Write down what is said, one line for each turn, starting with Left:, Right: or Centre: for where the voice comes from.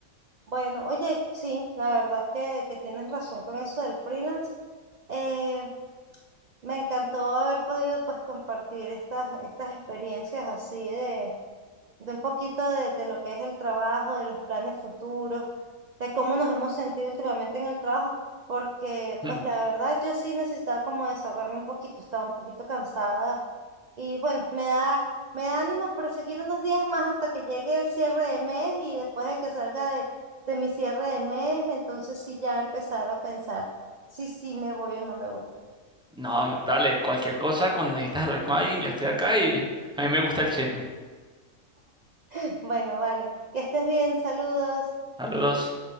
Right: Bueno, oye, sí, la verdad que, que tienes razón con eso del freelance. Eh, me encantó haber podido pues compartir estas, estas experiencias así de, de un poquito de, de lo que es el trabajo, de los planes futuros, de cómo nos hemos sentido últimamente en el trabajo, porque
Centre: Mm.
Right: pues la verdad yo sí necesitaba como desahogarme un poquito, estaba un poquito cansada Y bueno, me da, me da ánimo proseguir unos días más hasta que llegue el cierre de mes y después de que salga de, de mi cierre de mes, entonces sí ya empezar a pensar si sí me voy o no me voy.
Centre: No, dale, cualquier cosa, cuando necesitas hablar con alguien, yo estoy acá y a mí me gusta el chisme.
Right: <laughs> Bueno, vale, que estés bien, saludos.
Centre: Saludos.